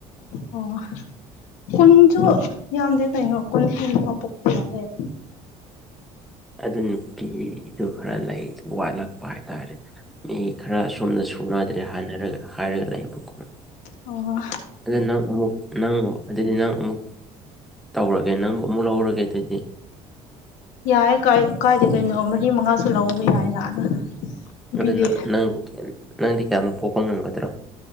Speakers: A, on the left (about 85°); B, in the centre.
A: ꯑꯣ ꯀꯨꯟꯁꯨ ꯌꯥꯝꯗꯦ ꯀꯩꯅꯣ ꯀꯨꯟ ꯍꯦꯟꯂꯒ ꯄꯣꯛꯄ ꯌꯥꯏꯑꯦ
B: ꯑꯗꯨ ꯅꯨꯄꯤꯗꯨ ꯈꯔ ꯂꯩ ꯋꯥꯠꯂꯛꯄ ꯍꯥꯏꯇꯥꯔꯦ ꯃꯤ ꯈꯔ ꯑꯁꯣꯝꯗ ꯁꯨꯅꯗ꯭ꯔꯦ ꯍꯥꯏꯅꯔ ꯍꯥꯏꯔꯒ ꯂꯩꯕ ꯀꯣ
A: ꯑꯣ
B: ꯑꯗꯨꯗꯤ ꯅꯪ ꯑꯃꯨꯛ ꯅꯪ ꯑꯗꯨꯗꯤ ꯅꯪ ꯑꯃꯨꯛ ꯇꯧꯔꯒꯦ ꯅꯪꯕꯨ ꯑꯃꯨꯛ ꯂꯧꯔꯒꯦ ꯑꯗꯨꯗꯤ
A: ꯌꯥꯏ ꯀꯥꯏ ꯀꯥꯏꯗꯦ ꯀꯩꯅꯣ ꯃꯔꯤ ꯃꯉꯥꯁꯨ ꯂꯧꯕ ꯌꯥꯏꯅ ꯅꯨꯄꯤꯗꯤ
B: ꯑꯗꯨꯅ ꯅꯪꯕꯨ ꯅꯪꯗꯤ ꯀꯌꯥꯃꯨꯛ ꯄꯣꯛꯄ ꯉꯝꯒꯗ꯭ꯔꯣ